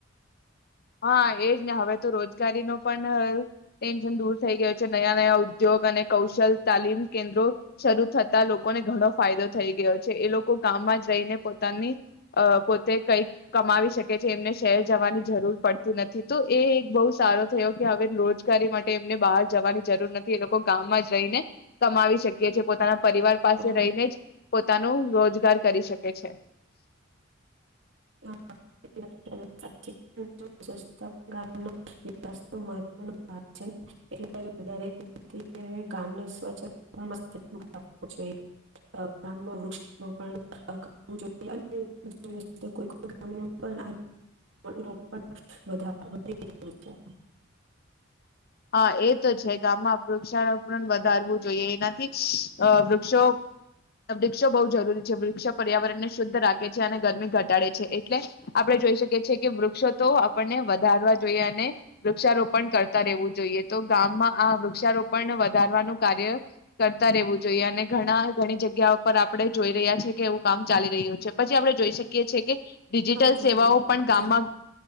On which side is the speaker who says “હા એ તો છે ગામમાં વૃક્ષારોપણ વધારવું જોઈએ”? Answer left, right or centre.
Left